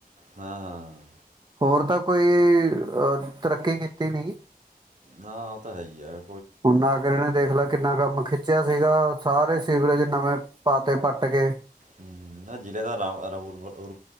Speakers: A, on the right; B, on the right.
A: ਹਾਂ ਹਾਂ
B: ਹੋਰ ਤਾਂ ਕੋਈ ਅ ਤਰੱਕੀ ਕੀਤੀ ਨੀ
A: ਹਾਂ ਉਹ ਤਾਂ ਹੈ ਹੀ ਹੈ
B: ਹੁ ਨਾ ਕੇ ਇਹਨੇ ਦੇਖ ਲੈ ਕਿੰਨਾ ਕੰਮ ਚਿਆ ਸੀਗਾ ਸਾਰੇ ਸੀਵਰੇਜ ਨਵੇਂ ਪਾਤੇ ਪੱਟ ਕੇ
A: ਹੂੰ, ਨਾ ਜ਼ਿਲ੍ਹੇ ਦਾ ਰਾਮ ਰਾਮ ਉਰ- ਉਰ